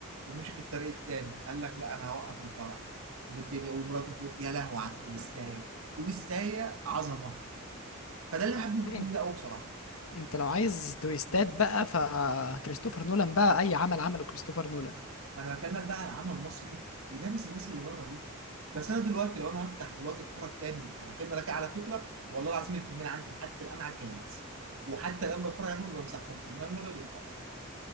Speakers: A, on the right (about 65°); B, on the left (about 65°).
A: ومشي في الطريق التاني قال لك لا انا هوقف الفرع والدنيا ومراته في... يا لهوي على التويستايه تويستايه عظمه فده اللي حبني في الفيلم
B: انت
A: ده قوي بصراحه
B: انت لو عايز تويستات بقى فكريستوفر نولان بقى اي عمل عمله كريستوفر نولان
A: ما انا بكلمك بقى على العمل المصري بينافس الناس اللي بره دي بس انا دلوقتي لو انا هفتح دلوقتي اتفرج تاني على فيلم انا كده على فكره والله العظيم الفيلمين عندي لحد الان على الجهاز وحتى الان بتفرج عليهم ما بمسحهمش ابراهيم الابيض والفار